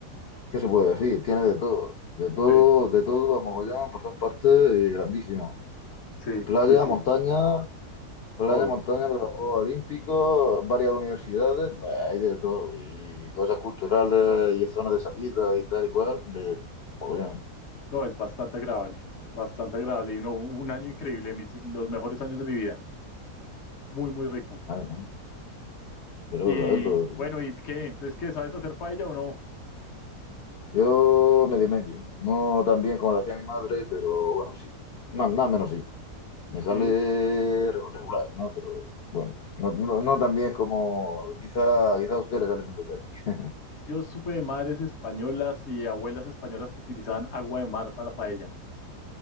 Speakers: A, on the left; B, on the left.
A: ¿Qué se puede decir? Tiene de todo, de todo,
B: Sí,
A: de todo, a mogollón, por todas partes, eh, grandísimo.
B: sí,
A: Playa,
B: sí, sí.
A: montaña, playa,
B: Todo.
A: montaña, los Juegos Olímpicos, varias universidades, bah, hay de todo, y cosas culturales, y zonas de salida, y tal, igual, de mogollón.
B: No, es bastante agradable. Bastante agradable. Y no, un un año increíble, mis, los mejores años de mi vida. Muy, muy rico.
A: Ah, no, quiero
B: Y
A: saberlo.
B: bueno, ¿y qué? Entonces, ¿qué? ¿Sabes hacer paella o no?
A: Yo medio medio, no tan bien como lo hacía mi madre, pero bueno, sí, más, más o menos sí. Me
B: Ok.
A: sale regular, ¿no? Pero bueno, no, no, no tan bien como quizá, quizá a usted le sale mejor que a mí. <laughs>
B: Yo supe de madres españolas y abuelas españolas que utilizaban agua de mar para paella.